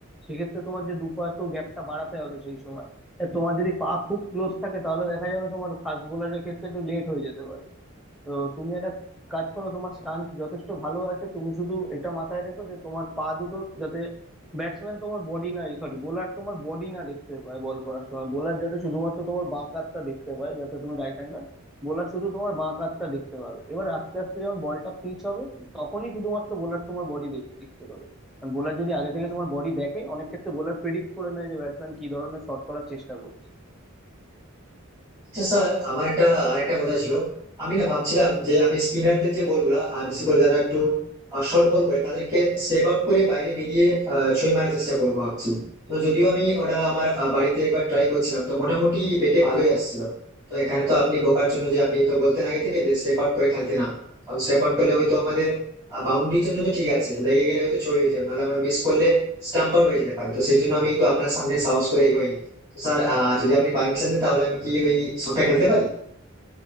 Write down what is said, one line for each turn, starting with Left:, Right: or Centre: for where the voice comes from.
Centre: সেক্ষেত্রে তোমার যে দু পা তো গ্যাপটা বাড়াতে হবে সেই সময় তা তোমার যদি পা খুব ক্লোজ থাকে তাহলে দেখা যাবে তোমার ফাস্ট বোলারের ক্ষেত্রে একটু লেট হয়ে যেতে পারে তো তুমি একটা কাজ করো তোমার স্টান্স যথেষ্ট ভালো আছে তুমি শুধু এটা মাথায় রেখো যে তোমার পা দুটো যাতে ব্যাটসম্যান তোমার বডি না সরি বোলার তোমার বডি না দেখতে পায় বল করার সময় বোলার যাতে শুধুমাত্র তোমার বাঁ কাতটা দেখতে পায় যাতে তুমি রাইট হ্যান্ডার বোলার শুধু তোমার বাঁ কাতটা দেখতে পাবে এবার আস্তে আস্তে যখন বলটা পিচ হবে তখনই শুধুমাত্র বোলার তোমার বডি দেখতে পাবে কারণ বোলার যদি আগে থেকে তোমার বডি দেখে অনেক ক্ষেত্রে বোলার প্রেডিক্ট করে নেয় যে ব্যাটসম্যান কি ধরনের শট করার চেষ্টা করছে
Right: আচ্ছা স্যার আমার একটা আরেকটা কথা ছিল আমি না ভাবছিলাম যে আমি স্পিনারদের যে বলগুলা আহ, বিশেষ করে যারা একটু শর্ট বল করে তাদেরকে স্টেপ আউট করে বাইরে বেরিয়ে আহ, ছয় মারার চেষ্টা করবো ভাবছি তো যদিও আমি ওটা আমার আহ, বাড়িতে একবার ট্রাই করছিলাম তো মোটামুটি বেটে ভালোই আসছিল তো এখানে তো আপনি বোকার জন্য যে আপনি তো বলতেন আগে থেকে যে স্টেপ আউট করে খেলতে না কারণ স্টেপ আউট করলে হয়তো আমাদের বাউন্ডারির জন্য তো ঠিক আছে লেগে গেলে হয়তো ছয় হয়ে যাবে নাহলে আমরা মিস করলে স্টাম্প আউট হয়ে যেতে পারে তো সেই জন্য আমি কিন্তু আপনার সামনে সাহস করে এগোইনি স্যার আহ যদি আপনি পারমিশন দেন তাহলে আমি কি ওই শোটা খেলতে পারি